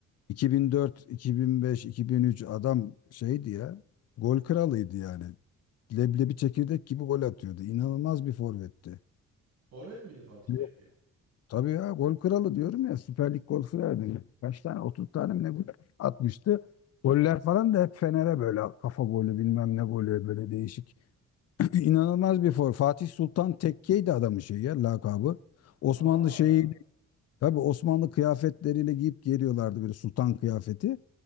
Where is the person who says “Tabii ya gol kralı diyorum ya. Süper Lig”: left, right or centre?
Left